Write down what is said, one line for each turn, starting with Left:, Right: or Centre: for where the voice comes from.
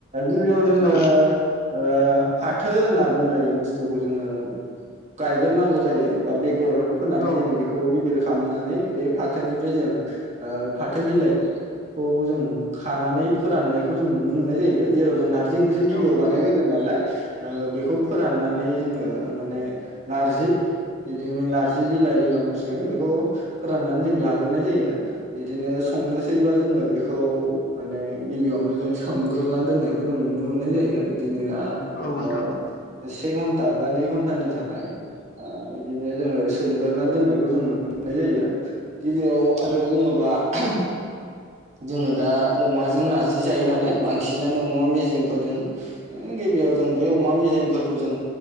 Right: गिबियाव जोङो
Left: औ
Right: ओ फाथो होनना बुंनाय बुस्थु खौ जोङो गायग्रो नांगौ जायो बा बेगर फोनानै
Left: औ
Right: जों बेखौ गिदिर खालामनानै बे फाथोनिफ्राय जों ओ फाथो बिलाइखौ जों खानानै फोराननायखौ जों नुनो मोननाय जायो जेराव जों नारजि ओंख्रि
Left: नोंथां
Right: गिबियाव बानायग्रोगोन नालाय। ओ बेखौ फोराननानै जोङो माने नारजि बिदिनो नारजि बिला लाइ होनना बुंसिगोन बेखौ फोराननानै जों लागोरनाय जायो बिदिनो संनोसैबा जोङो बेखौ माने गिबियावनो जों सोमगोरना दोननायखौ जों नुनो मोननाय जायो इदिनो आ
Left: औ नोंथां
Right: ओ से घन्टा बा नै घन्टानि थाखाय आ इदिनो जोङो सोमगोरा दोननायखौ जों नुनो मोननाय जायो गिबियाव आरो बुङोबा <unintelligible> जोङो दा अमाजों नारजि जायो नालाय बांसिनानो अमा मेजेमफोरजों <unintelligible> बेयाव जों बे अमा मेजेमफोरखौ जों